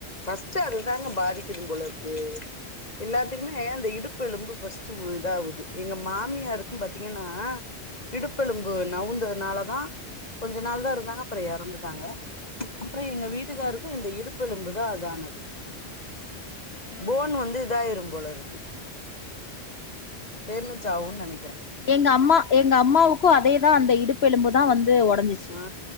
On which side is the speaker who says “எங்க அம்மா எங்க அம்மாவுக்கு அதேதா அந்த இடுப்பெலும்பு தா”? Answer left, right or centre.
Left